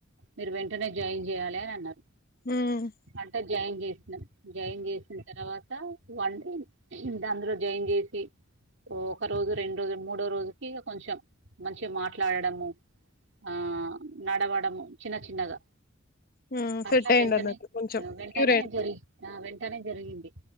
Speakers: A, on the right (about 65°); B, on the left (about 45°).
A: మీరు వెంటనే జాయిన్ చేయాలి అని అన్నారు
B: హ్మ్
A: అంటే జాయిన్ చేసినం జాయిన్ చేసిన తర్వాత త వన్ డే దాందులో జాయిన్ చేసి ఒక రోజు రెండు రోజు మూడో రోజుకి కొంచెం మంచిగా మాట్లాడడము ఆ నడవడము చిన్న చిన్నగా
B: ఉమ్
A: అట్లా
B: సెట్ అయిండు
A: వెంటనే
B: అన్నట్టు కొంచెం
A: వెంటనే
B: క్యూర్ అయిండు
A: జరి వెంట వెంటనే జరిగింది